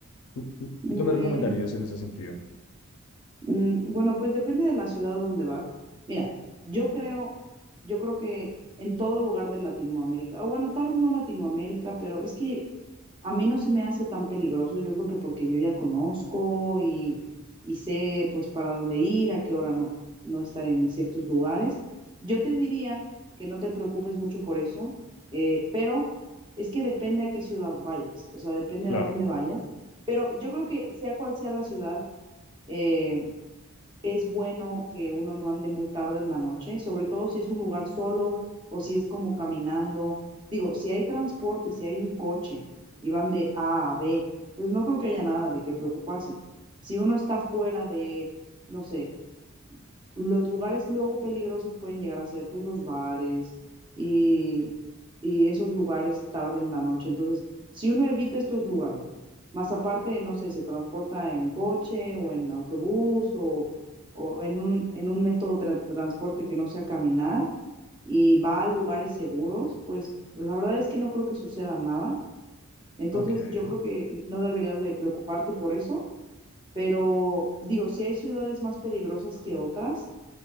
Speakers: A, on the left; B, on the right.
A: ¿tú, tú- tú
B: Mm,
A: qué me recomendarías en ese sentido?
B: Mm, Bueno, pues depende de la ciudad a donde vas. Mira, yo creo, yo creo que en todo lugar de Latinoamérica, o bueno, tal vez no Latinoamérica, pero es que a mí no se me hace tan peligroso. Yo creo que porque yo ya conozco y, y sé pues para dónde ir, a qué hora no, no estar en ciertos lugares. Yo te diría que no te preocupes mucho por eso, eh, pero es que depende a qué ciudad vayas, o sea, depende
A: Claro,
B: a dónde vayas. Pero yo creo que sea cual sea la ciudad, eh, es bueno que uno no ande muy tarde en la noche, sobre todo si es un lugar solo o si es como caminando. Digo, si hay transporte, si hay un coche y van de A a B, pues no creo que haya nada de qué preocuparse. Si uno está fuera de, no sé, los lugares luego peligrosos pueden llegar a ser pues los bares y, y esos lugares tarde en la noche. Entonces, si uno evita estos lugares, más aparte, no sé, se transporta en coche o en autobús o, o en un, en un método de transporte que no sea caminar y va a lugares seguros, pues la verdad es que no creo que suceda nada. Entonces,
A: ok.
B: yo creo que no deberías de preocuparte por eso, pero digo, si hay ciudades más peligrosas que otras